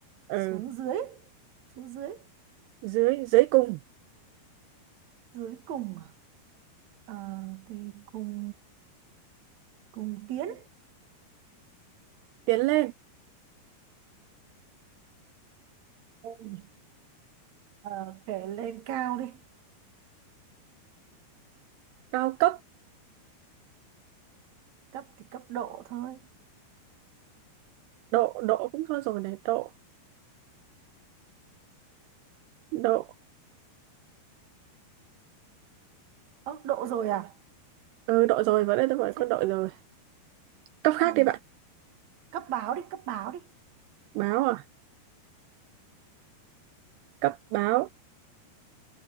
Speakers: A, on the right; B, on the right.
A: ừ.
B: xuống dưới xuống dưới
A: dưới dưới cùng
B: dưới cùng à? Ờ, thì cùng cùng tiến
A: tiến lên
B: Lên. Ờ, kể lên cao đi
A: cao cấp
B: cấp thì cấp độ thôi
A: độ độ cũng thôi rồi này độ độ
B: ơ độ rồi à
A: Ừ, đội rồi, vào đây tôi bảo
B: thế, thế,
A: có đội rồi. Cấp khác
B: ờ,
A: đi bạn.
B: cấp báo đi cấp báo đi
A: Báo à? Cấp báo.